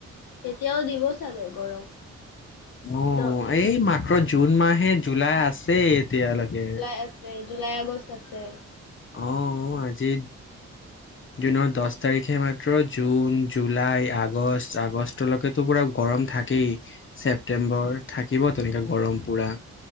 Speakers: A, on the left; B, on the left.
A: এতিয়াও দিব চাগে গৰম
B: অ
A: ন
B: এই মাক্ৰ জুন মাহে জুুলাই আছে এতিয়ালৈকে
A: জুলাই আছে জুলাই আগষ্ট ছে
B: অ আজি জুনৰ দহ তাৰিখে মাত্ৰ জুন জুলাই আগষ্ট আগষ্টলেকেতো পুৰা গৰম থাকেই ছেপটেম্বৰ থাকিব তেনেকে গৰম পুৰা